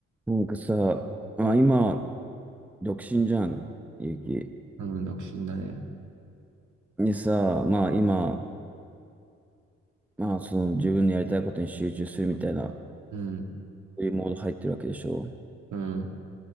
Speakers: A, in the centre; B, on the right.
A: なんかさ、まあ今、
B: うん、
A: 独身じゃん、ゆうき。
B: うん独身だね。
A: でさ、まあ今、まあその自分のやりたいことに集中するみたいな、
B: うん、
A: そういうモード入ってるわけでしょ。
B: うん、